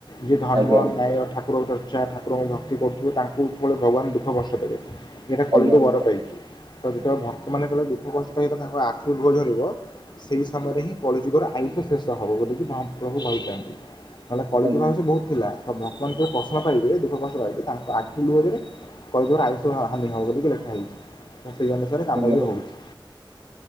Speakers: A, on the left; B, on the right.
A: ଯିଏ ଧର୍ମ,
B: ଆଜ୍ଞା
A: ନ୍ୟାୟ, ଠାକୁରଙ୍କ ଚର୍ଚ୍ଚା ଠାକୁରଙ୍କୁ ଭକ୍ତି କରୁଥିବେ ତାଙ୍କ ସେତେ ବେଳେ ଭଗବାନ ଦୁଃଖ କଷ୍ଟ ଦେବେ ଏଟା
B: ଆଜ୍ଞା
A: କଳିରୁ ବର ପାଇଛି ତ ଯେତେବେଳେ ଭକ୍ତମାନେ କଲେ ଦୁଃଖ କଷ୍ଟ ସହିତ ତାଙ୍କ ଆଖିରୁ ଲୁହ ଝରିବ ସେଇ ସମୟରେ ହିଁ କଳିଯୁଗର ଆୟୁଷ ଶେଷ ହବ ବୋଲିକି ମହାପ୍ରଭୁ କହିଛନ୍ତି ନହେଲେ କଳି
B: ଆଜ୍ଞା
A: ଭାବ ବହୁତ ଥିଲା ତ ଭଗବାନ କେବେ କଷଣ ପାଇିବବେ <inaudible> ଦୁଃଖ କଷ୍ଟ ପାଇବେ ତାଙ୍କ ଆଖି ଲୁହରେ କଳିଯୁଗର ଆୟୁଷ ହାନି ହବ ବୋଲି ଲେଖା ହେଇଛି। ସେହି ଅନୁସାରେ କାମ
B: ଆଜ୍ଞା
A: ବି ହଉଛି।